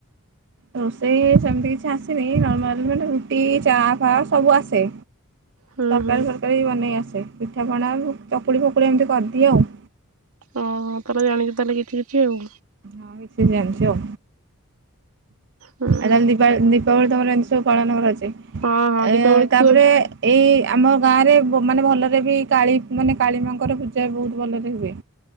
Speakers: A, on the right; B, on the right.
A: ରୋଷେଇ ସେମିତି କିଛି ଆସିନି ନର୍ମାଲ ମାନେ ରୁଟି ଚା ଫା ସବୁ ଆସେ।
B: ହୁଁ
A: ତରକାରୀ
B: ହୁଁ
A: ଫରକାରୀ ବନେଇ ଆସ ପିଠାପଣା ଚକୁଳି ଫକୁଳି ଏମିତି କରିଦିଏ ଆଉ।
B: ଓହୋ ତାହେଲେ ଜାଣିଛ ତାହେଲେ କିଛି କିଛି ଆଉ।
A: ହଁ କିଛି ଜାଣିଛି ଆଉ।
B: ହୁଁ
A: ଆଉ ଦୀପାବଳି ଦୀପାବଳି ତମର ଏ ପାଳନ କରାଯ
B: ହଁ ହଁ
A: ଆ
B: ଦୀପାବଳି କି
A: ତାପରେ
B: ତୁ
A: ଏଇ। ଆମ ଗାଁ ରେ ମାନେ ଭଲରେ ବି କାଳୀ ମାନେ କାଳୀ ମାଙ୍କର ପୂଜା ବି ବହୁତ ଭଲରେ ହୁଏ।